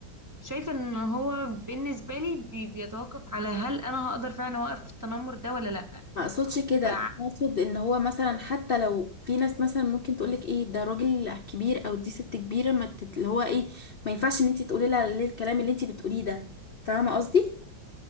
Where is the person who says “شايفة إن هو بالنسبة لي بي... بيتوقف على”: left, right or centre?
Right